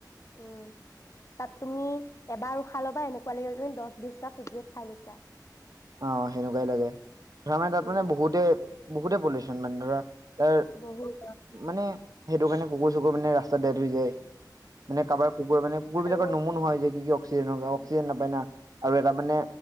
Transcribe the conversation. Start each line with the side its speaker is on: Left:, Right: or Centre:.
Left: উম তাত তুমি এবাৰ উশাহ খালবা এনেকুৱা লাগিব তুমি দচ বিছটা ফিভৰেট খাই লৈছা। হয় <inaudible>
Right: অ সেনেকুৱাই লাগে। ধৰা মা তাত
Left: উম,
Right: মানে বহুতে বহুতে পলিউচন মানে ধৰা তাৰ
Left: বহুত
Right: মানে সেইটো কাৰণে কুকুৰ চুকুৰ মানে ৰাস্তাত ডেত হৈ যায় মানে কাৰোবাৰ কুকুৰ মানে কুুৰবিলাক
Left: আৰু
Right: নোমু নোহোৱা হৈ যায় কি কি অ <unintelligible> অক্সিজেন নপাই না আৰু এটা মানে